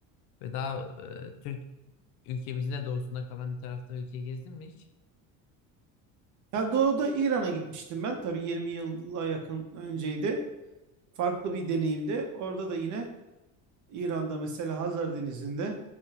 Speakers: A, on the left; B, on the right.
A: Ve daha e, Türk ülkemizin de doğusunda kalan bir tarafta ülkeye gezdin mi hiç?
B: Ya doğuda İran'a gitmiştim ben. Tabii 20 yıla yakın önceydi. Farklı bir deneyimdi. Orada da yine İran'da mesela Hazar Denizi'nde